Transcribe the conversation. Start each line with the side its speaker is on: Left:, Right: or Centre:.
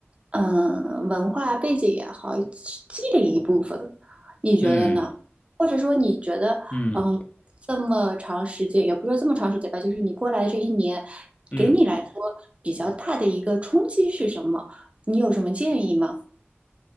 Right: 嗯，文化背景也好，积累一部分。你觉得呢？
Left: 嗯
Right: 或者说你觉得，
Left: 嗯嗯
Right: 嗯，这么长时间，也不是说这么长时间吧，就是你过来这一年，
Left: 嗯。
Right: 给你来说比较大的一个冲击是什么？你有什么建议吗？